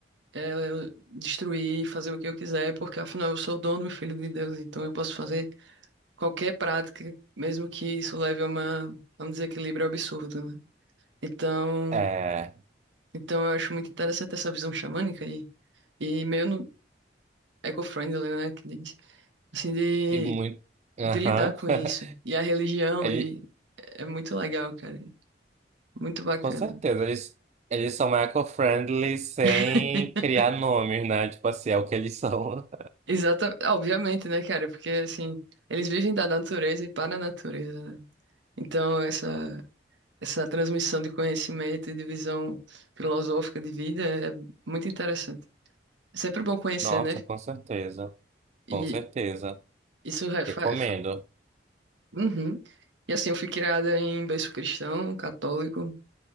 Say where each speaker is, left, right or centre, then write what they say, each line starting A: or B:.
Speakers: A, on the right; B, on the right.
A: é, destruir, fazer o que eu quiser, porque afinal eu sou dono e filho de Deus, então eu posso fazer qualquer prática, mesmo que isso leve a, uma, a um desequilíbrio absurdo, né? Então,
B: É.
A: então eu acho muito interessante essa visão xamânica e, e meio no- eco-friendly, né, que diz, assim, de,
B: E muito. Aham.
A: de lidar com isso.
B: <laughs>
A: E a religião,
B: É,
A: e é muito legal, cara, muito bacana.
B: Com certeza, eles, eles são eco-friendly sem
A: <laughs>
B: criar nomes, né? Tipo assim, é o que eles são.
A: Exata, obviamente, né, cara? Porque assim, eles vivem da natureza e para a natureza, né? Então, essa essa transmissão de conhecimento e de visão filosófica de vida é muito interessante. É sempre bom
B: <laughs>
A: conhecer,
B: Nossa,
A: né?
B: com certeza,
A: E
B: com certeza.
A: isso é. fa-
B: Recomendo.
A: fa- Uhum. E assim, eu fui criada em berço cristão, católico,